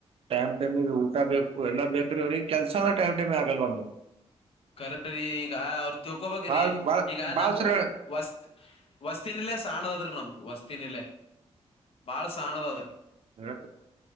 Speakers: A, on the right; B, on the left.
A: ಟೈಮ್ ಟೈಮ್ಗೆ ಊಟ ಬೇಕು ಎಲ್ಲ ಬೇಕ್ರೆ ಅವ್ರಿಗೆ ಕೆಲ್ಸ ಅಂದ್ರ ಟೈಮ್ ಟೈಮ್ ಆಗಲ್ವಾ ಒಂದು.
B: ಕರಕರ್ರಿ ಈಗ ಅವ್ರ ತಿಕೊಬೇಕ್ರಿ
A: ಬಾಳ್ ಬಾಳ್
B: ಈಗ
A: ಬಾಳ್
B: ನಮ್ಮವು.
A: ಸರಿ
B: ವಸ್ತ್ ವಸ್ತಿನ ಇಲ್ಲೇ ಸಾಣದದ್ರೀ ನಮ್ದು ವಸ್ತಿನಲ್ಲೇ ಬಾಳ ಸಾಣ್ಣದದ್ರೀ.
A: ಅ